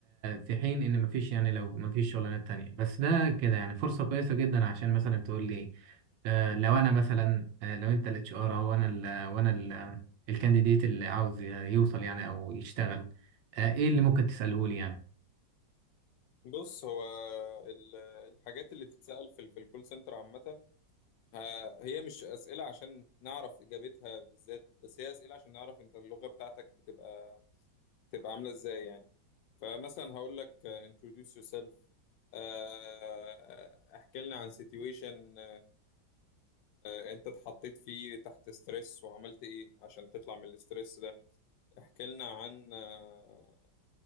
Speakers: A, on the right (about 80°); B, on the left (about 80°).
A: في حين ان مفيش يعني لو مفيش شغلانات تانية بس ده كده يعني فرصة كويسة جدا عشان مثلا تقول لي آه، لو انا مثلا آه، لو انت الاتش ار هو انا ال وانا ال الكانديديت اللي عاوز يوصل يعني او يشتغل آه، ايه اللي ممكن تساله لي يعني
B: بص هو ال- الحاجات اللي بتتسأل في ال- في الكول سنتر عامة ه- هي مش أسئلة عشان نعرف إجابتها بالذات بس هي أسئلة عشان نعرف أنت اللغة بتاعتك بتبقى بتبقى عاملة إزاي يعني فمثلا هقول لك آه، introduce yourself آه، آه، احكي لنا عن situation uh, آه، انت اتحطيت فيه تحت ستريس وعملت ايه عشان تطلع من الاسترس ده احكي لنا عن آه،